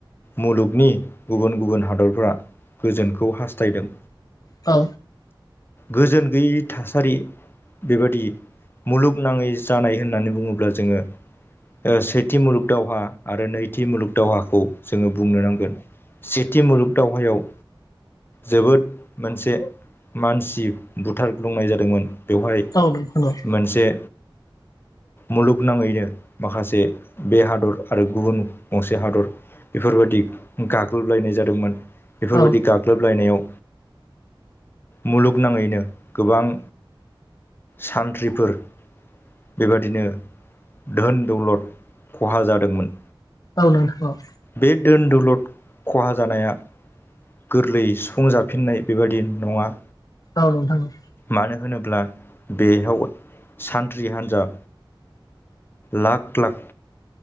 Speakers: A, on the left; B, on the left.
A: मुलुगनि गुबुन गुबुन हादरफोरा गोजोनखौ हास्थायदों।
B: औ
A: गोजोन गैयि थासारि बेबादि मुलुगनाङै जानाय होननानै बुङोब्ला जोङो ओ सेथि मुलुग दावहा आरो नै थि मुलुग दावहाखौ जोङो बुंनो नांगोन सेथि मुलुग दावहायाव जोबोद मोनसे मानसि बुथारग्लुंनाय जादोंमोन बेवहाय
B: औ नोंथां औ नोंथां औ नोंथां औ नोंथां
A: मोनसे मुलुगनाङैनो माखासे बे हादर आरो गुबुन गंसे हादर बेफोरबादि गाग्लोबलायनाय जादोंमोन। बेफोरबायदि
B: औ
A: गाग्लोबलायनायाव मुलुगनाङैनो गोबां सानथ्रिफोर बेबादिनो धोन दौलद खहा जादोंमोन।
B: औ नोंथां औ।
A: बे दोन दौलद खहा जानाया गोरलै सुफुंजफिननाय बेबायदि नङा
B: औ नोंथां औ।
A: मानो होनोब्ला बेयाव सानथ्रि हान्जा लाख लाख